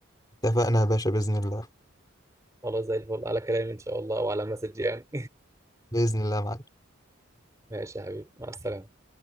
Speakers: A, on the left; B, on the right.
A: اتفقنا يا باشا بإذن الله
B: خلاص زي الفل على كلامي ان شاء الله وعلى مسج يعني
A: بإذن الله يا معلم
B: <laughs> ماشي يا حبيبي مع السلامة